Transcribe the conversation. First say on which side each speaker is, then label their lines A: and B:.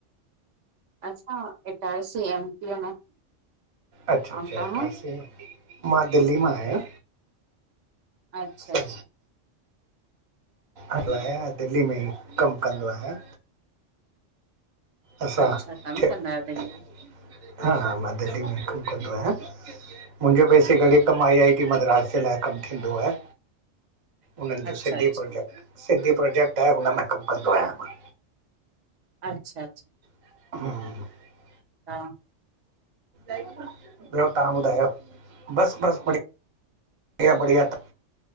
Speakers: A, on the right; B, on the right.
A: असां इटारसी एम पी मां।
B: अच्छा- अच्छा
A: ऐं तव्हां
B: इटारसी मां दिल्ली मां आहियां।
A: अच्छा
B: असां
A: अच्छा --
B: आहियां दिल्ली में ई कमु कंदो आहियां। असां
A: अच्छा तव्हां
B: च
A: बि कंदा आहियो दिल्ली
B: --
A: में
B: हा हा मां दिल्ली में ही कमु कंदो आहियां मुंहिंजो बेसिकल
A: जी।
B: कम -- मद्रास जे लाइ कमु थींदो आहे उन्हन
A: अच्छा
B: जो सिंधी
A: अच्छा
B: प्रोजेक्ट। सिंधी प्रोजेक्ट आहे हुन में कमु कंदो आहियां मां।
A: अच्छा- अच्छा।
B: <unintelligible>
A: हा
B: ॿियो तहां ॿुधायो? बस -बस बढ़िया- बढ़िया -बढ़िया थ